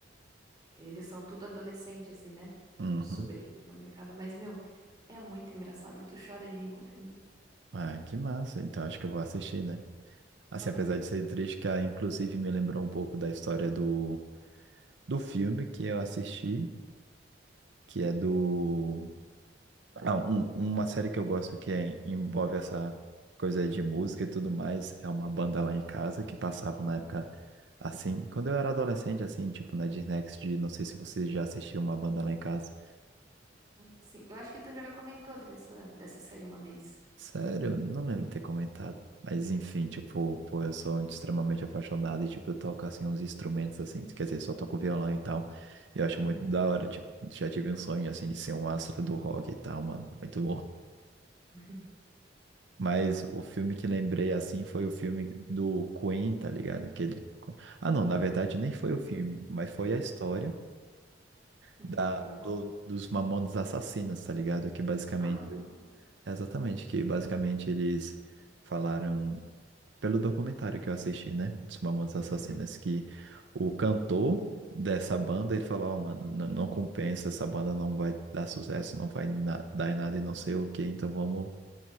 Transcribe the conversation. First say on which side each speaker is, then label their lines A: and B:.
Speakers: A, on the right; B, on the right.
A: Eles são tudo adolescente, assim, né?
B: Uhum.
A: O sobrinho, a molecada. Mas, meu, é muito engraçado. Tu chora de rir com o filme.
B: Ah, que massa. Então acho que eu vou assistir, né? Assim,
A: Aham.
B: apesar de ser triste, que ah, inclusive me lembrou um pouco da história do, do filme que eu assisti, que é do Ah, um- uma série que eu gosto que é- envolve essa coisa aí de música e tudo mais é uma banda lá em casa que passava na época, assim, quando eu era adolescente, assim, tipo na Disney XD, não sei se você já assistiu uma banda lá em casa.
A: Sim, eu acho que tu já comentou dessa, dessa série uma vez.
B: Sério, não lembro de ter comentado. Mas enfim, tipo, pô, eu sou extremamente apaixonado e, tipo, eu toco, assim, uns instrumentos, assim, quer dizer, só toco violão e tal. E eu acho
A: Uhum.
B: muito da hora, tipo, já tive um sonho, assim, de ser um astro do rock e tal, mano, muito
A: <laughs>
B: Mas o filme que lembrei assim foi o filme do Queen, tá ligado? Que ele... Ah, não, na verdade nem foi o filme, mas foi
A: Sim,
B: a história
A: aquele
B: da,
A: filme é bom.
B: do- dos Mamonas Assassinas, tá ligado? Que basicamente.
A: Ah, dos nomes.
B: Exatamente, que basicamente eles falaram, pelo documentário que eu assisti, né? Dos Mamonas Assassinas,
A: Uhum.
B: que o cantor dessa banda, ele falou: Ó, mano, não, não compensa, essa banda não vai dar sucesso, não vai na- dar em nada e não sei o quê, então vamos